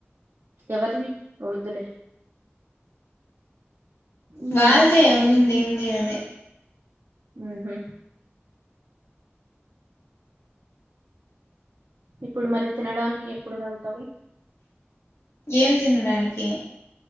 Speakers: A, on the right; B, on the left.
A: ఎవర్కి వద్దులే. ఉమ్,
B: వాళ్దే ఉండింది ఉంది అదే.
A: ఉమ్హ ఇప్పుడు మరి తినడానికి ఎప్పుడు వెళ్తావు
B: ఏం తిండానికి